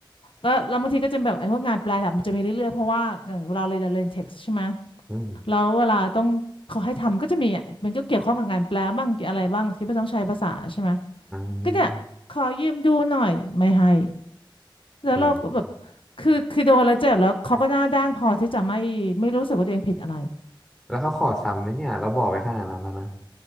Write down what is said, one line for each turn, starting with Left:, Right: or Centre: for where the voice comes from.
Left: ก็แล้วบางทีก็จะแบบไอ้พวกงานแปลดับมันจะมีเรื่อยๆเพราะว่าเอ่อเวลาเราเรียนเรียนเท็กซ์ใช่ไหม
Centre: อืม
Left: แล้วเวลาต้องเขาให้ทำก็จะมีอ่ะมันก็เกี่ยวข้องกับงานแปลบ้างอะไรบ้างที่ไม่ต้องใช้ภาษาใช่ไหม
Centre: อ่า
Left: ก็เนี่ยขอยืมดูหน่อยไม่ให้แล้วเราก็แบบ
Centre: อืม
Left: คือคือโดนแล้วเจ็บแล้วเขาก็หน้าด้านพอที่จะไม่ไม่รู้สึกว่าตัวเองผิดอะไร
Centre: แล้วเขาขอซ้ำไหมเนี่ยเราบอกไปขนาดนั้นแล้วนะ